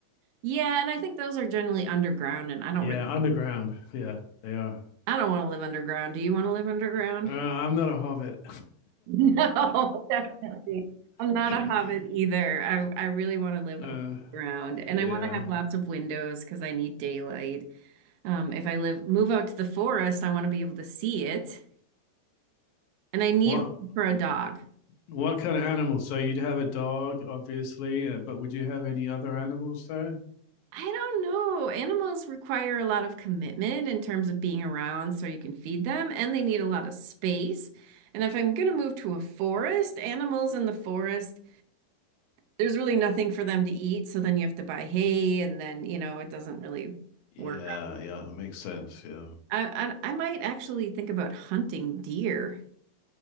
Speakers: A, on the right; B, on the left.
A: Yeah, and I think those are generally underground, and I don't
B: Yeah,
A: really,
B: underground. Yeah, they are.
A: I don't want to live underground. Do you want to live underground?
B: Uh, I'm not a hobbit.
A: No, <laughs> definitely. I'm not
B: <laughs>
A: a hobbit either. I, I really want to live
B: uh,
A: above ground
B: yeah.
A: and I want to have lots of windows because I need daylight. Um, if I live move out to the forest, I want to be able to see it and I need
B: What
A: room for a dog.
B: what kind of animals? So you'd have a dog, obviously, uh, but would you have any other animals there?
A: I don't know. Animals require a lot of commitment in terms of being around so you can feed them and they need a lot of space. And if I'm going to move to a forest, animals in the forest there's really nothing for them to eat, so then you have to buy hay, and then you know it doesn't really
B: Yeah,
A: work.
B: yeah, makes sense. Yeah.
A: I I, I might actually think about hunting deer.